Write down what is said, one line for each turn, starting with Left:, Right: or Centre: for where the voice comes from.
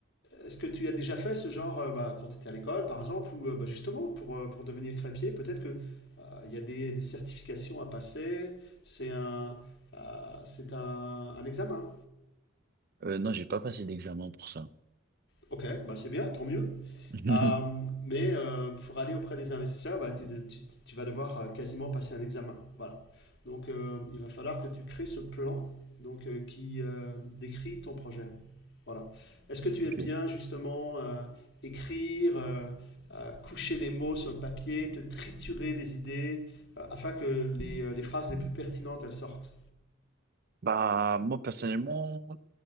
Left: est-ce que tu as déjà fait ce genre, euh, bah, quand tu étais à l'école, par exemple, ou euh, bah, justement pour, euh, pour devenir crêpier, peut-être que euh, il y a des, des certifications à passer, c'est un, euh, c'est un, un examen.
Right: Euh, non, j'ai pas passé d'examen pour ça.
Left: Ok, bah c'est bien, tant mieux.
Right: <laughs>
Left: Euh, mais euh, pour aller auprès des investisseurs, bah, tu, tu- tu vas devoir euh, quasiment passer un examen. Voilà. Donc, euh, il va falloir que tu crées ce plan donc, euh, qui euh, décrit ton projet. Voilà. Est-ce que tu
Right: Ok.
Left: aimes bien justement euh, écrire, euh, euh, coucher les mots sur le papier, te triturer les idées euh, afin que les, euh, les phrases les plus pertinentes elles sortent?
Right: Bah, moi, personnellement,